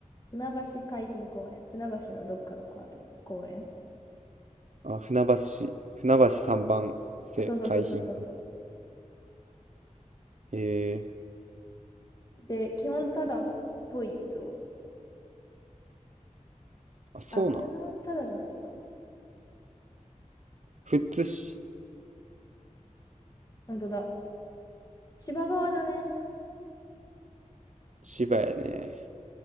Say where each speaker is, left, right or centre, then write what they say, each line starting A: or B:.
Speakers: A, on the left; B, on the right.
A: 船橋海浜公園。船橋のどっかの公園。公園
B: あ、船橋、船橋3番瀬海浜。
A: あ、そうそうそうそうそうそ
B: へえ
A: う。で、基本タダっぽいぞ。
B: ー。あ、そうなん。
A: あ、これはタダじゃないか。
B: 富津市。
A: 本当だ。千葉側だね。
B: 千葉やね。